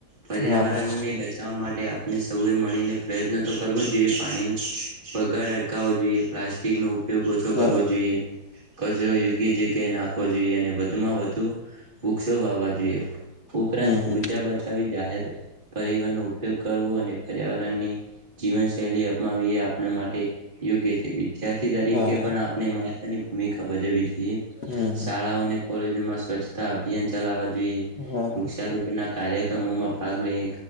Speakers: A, on the right; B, on the left.
A: પર્યાવરણને
B: હા હા હા હા
A: બચાવવા માટે આપને સૌએ મળીને પ્રયત્ન તો કરવો જે પાણીનો બગાડ અડકાવો જોઈએ કેક નવું ઉપયોગ ઓછો
B: હા
A: કરવો જોઈએ કચરો યોગ્ય જગ્યાએ નાખવો જોઈએ અને વધુમાં વધુ વૃક્ષો વાવા જોઈએ ઉપરાંત
B: હમ હમ
A: ઊર્જા બચાવી જાહેર પરિવહનનો ઉપયોગ કરવો અને પર્યાવરણની જીવનશૈલી અપમાવી એ આપણા માટે યોગ્ય વિદ્યાર્થી તરીકે
B: હા હા
A: પણ આપણે મહત્વની ભૂમિકા ભજવી જોઈએ
B: હમ હમ
A: શાળાઓને કોલેજોમાં સ્વચ્છતા અભિયાન ચલાવવા જોઈએ
B: હા હા
A: વૃક્ષારોપણ ના કાર્યક્રમોમાં ભાગ લઈ